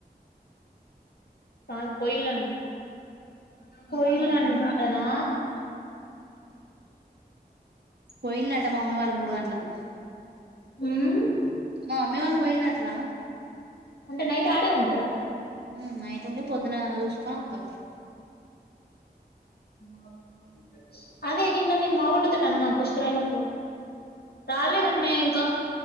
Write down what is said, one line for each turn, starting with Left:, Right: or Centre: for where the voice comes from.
Left: పాల్ పోయిలా పోయిలంట అట్టనా
Right: పోయిలట మా మమ్మి వాళ్ళ మూడుగంట్లకు <inaudible>
Left: మ్మ్
Right: మా మమ్మీ వాళ్ళ పొఇల్లంట రా
Left: అంటే నైట్ ఆడే ఉంటరా
Right: మ్మ్ నైట్ ఉండి పొద్దున చూసుకొని వత్తరు
Left: <inaudible> అదే నిన్న నేను మావోల్లతోటి అన్నా పుష్కరాలకు పోతున్నారు అని రాలేదు అన్నయ్య ఇంకా